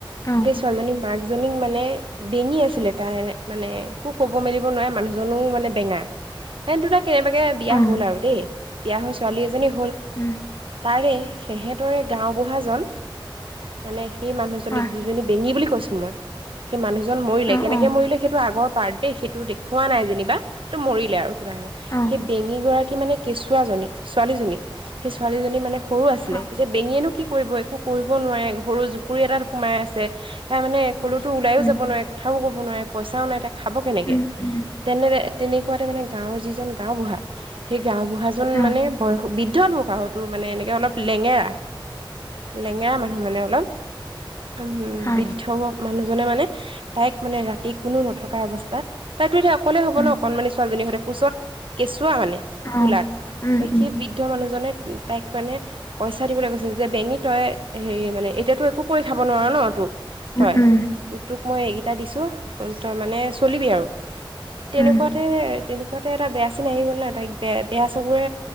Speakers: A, on the left; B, on the right.
A: অ
B: সেই ছোৱালী জনী মাক এজনীক মানে বেঙি আছিলে তাই মানে, একো ক'ব মেলিব নোৱাৰে। মানুহ জনো মানে বেঙা। সিহঁত দুটাই কেনেবাকে বিয়া
A: অ
B: হ'ল আৰু দেই, বিয়া হৈ ছোৱালী এজনী হ'ল।
A: উম
B: তাৰে সিহঁতৰে গাঁওবুঢ়াজন মানে সেই মানুহজনীক
A: হয়
B: যিজনী বেঙি বুলি কৈছো মই। সেই মানুহজন মৰিলে।
A: অ
B: কেনেকে
A: অ
B: মৰিলে সেইটো আগৰ পাৰ্ত দেই। সেইটো দেখু হোৱা নাই যেনিবা। টো মৰিলে আৰু কিবা এ
A: অ,
B: বেঙি গৰাকী মানে কেঁচুৱাজনী, ছোৱালীজনী সেই ছোৱালীজনী মানে সৰু আছিলে।
A: অ
B: তেতিয়া বেঙিয়েনো কি কৰিব, একো কৰিব নোৱাৰে। সৰু জুপুৰি এটাত সোমাই আছে। তাই মানে, কলেতো ওলাইও
A: উম
B: যাব নোৱাৰে। কথাও ক'ব নোৱাৰে। পইচাও নাই, তাই খাব কেনেকে।
A: উম উম
B: তেনে-তেনেকুৱাতে মানে, গাঁৱৰ যিজন গাও বুঢ়া, সেই গাওঁবুঢ়াজন
A: অ
B: মানে, বয়স বৃদ্ধলোক মানে এনেকে অলপ লেঙেৰা।
A: <inaudible>
B: লেঙেৰা মানুহ মানে অলপ। একদম
A: হয়,
B: বৃ দ্ধ মানুহজনে মানে, তাইক মানে ৰাতি কোনো নথকা অৱস্থাত, তাইতো এতিয়া অক অকলে হ'ব
A: উম,
B: ন। অকনমানি ছোৱালীজনীৰ সৈতে, কোঁচত কেঁচুৱা মানে,
A: অ',
B: কোলাত।
A: উম, উম,
B: সেই বৃদ্ধ দ্ধ মানুহজনে তাইক মানে, পইচা দিবলৈ গৈছিল যে, বেঙি তই হেৰি মানে, এতিয়াতো একো কৰি খাব নোৱাৰ নহ। তোক
A: উম,
B: তই।
A: উম,
B: তোক মই এইকেইটা দিছো, তই মানে চলিবি আৰু। তেনেকুৱাতে,
A: উম,
B: তেনে কোৱাতে এটা বেয়া চিন আহি গ'ল না। তাইক বে বেয়া চকুৰে,